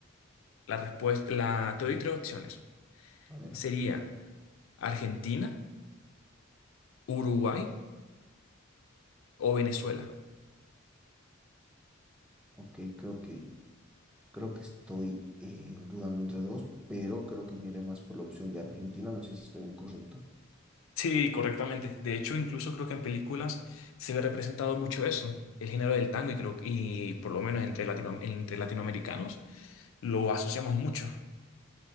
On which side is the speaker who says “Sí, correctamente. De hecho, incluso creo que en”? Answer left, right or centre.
Left